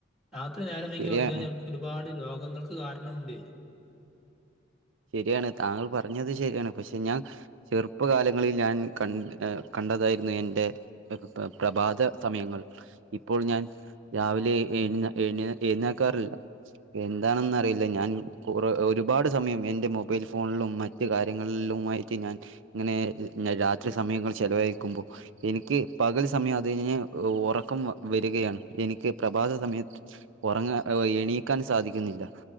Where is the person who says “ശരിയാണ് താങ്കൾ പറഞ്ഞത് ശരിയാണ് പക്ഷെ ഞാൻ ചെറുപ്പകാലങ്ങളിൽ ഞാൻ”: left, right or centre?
Right